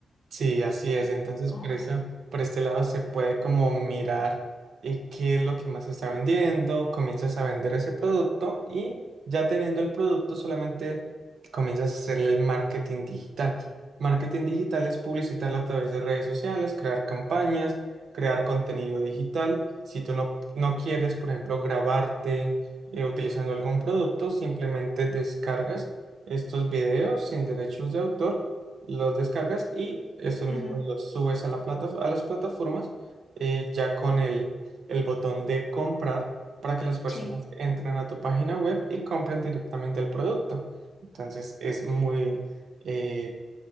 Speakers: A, on the right (about 75°); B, on the left (about 55°).
A: Sí, así es. Entonces,
B: Oh.
A: por esa, por este lado se puede como mirar eh, qué es lo que más se está vendiendo, comienzas a vender ese producto y ya teniendo el producto solamente comienzas a hacerle el marketing digital. Marketing digital es publicitarlo a través de redes sociales, crear campañas, crear contenido digital. Si tú no, no quieres, por ejemplo, grabarte eh, utilizando algún producto, simplemente descargas estos videos sin derechos de autor los descargas y estos
B: Ujú,
A: mismos los subes a la plata, a las plataformas eh, ya con el, el botón de comprar para que las personas
B: sí.
A: entren a tu página web y compren directamente el producto. Entonces es muy, eh,